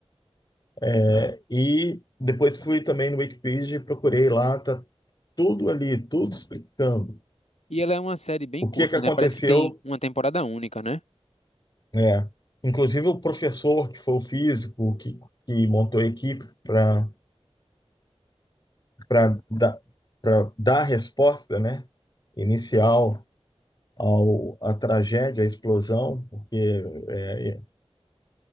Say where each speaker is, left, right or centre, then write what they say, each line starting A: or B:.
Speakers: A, on the left; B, on the left.
A: é, e depois fui também no Wikipedia e procurei lá, tá tudo ali, tudo explicando
B: E ela é uma série bem
A: o
B: curta,
A: que é que aconteceu,
B: né? Parece que tem uma temporada única, né?
A: né? Inclusive o professor que foi o físico que, que montou a equipe para para dar para dar a resposta, né? Inicial ao à tragédia, à explosão, porque é,